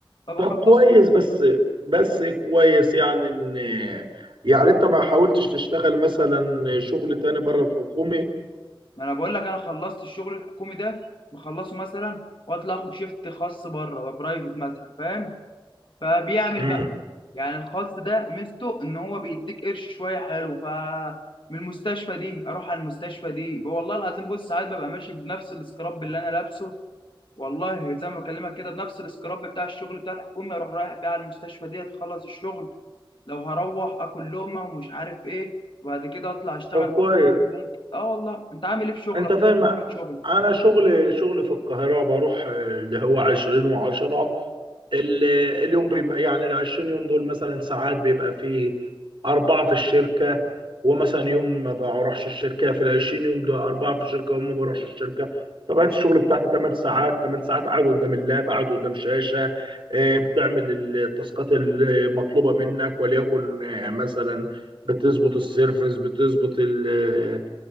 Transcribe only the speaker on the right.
طب كويس بس بس كويس يعني ان يعني انت ما حاولتش تشتغل مثلا شغل تاني بره الحكومي
مم.
طب كويس
انت فاهم
انا شغل شغل في القاهرة بروح اللي هو 20 و10 ال- اليوم بيم يعني ال 20 يوم دول مثلا ساعات بيبقى في أربعة في الشركة ومثلا يوم ما بروحش الشركة في ال 20 يوم دول أربعة في الشركة وما بروحش الشركة طبيعة الشغل بتاعتي 8 ساعات 8 ساعات قاعد قدام اللاب قاعد قدام شاشة آه، بتعمل التاسكات المطلوبة منك وليكن آه، مثلا بتظبط السيرفس بتظبط ال-